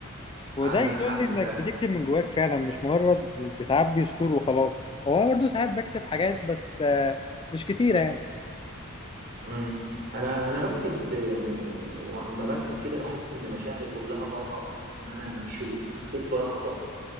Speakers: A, on the left; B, on the right.
A: وده
B: عندك
A: يدل
B: حق
A: انك
B: فعلا
A: بتكتب من جواك فعلا مش مجرد بتعبي سطور وخلاص هو انا برضو ساعات بكتب حاجات بس آه، مش كتيره يعني
B: امم انا انا بكتب يعني اما بكتب كده بحس ان مشاعري كلها بره وحاسس ان انا مكشوف حسيت برهبة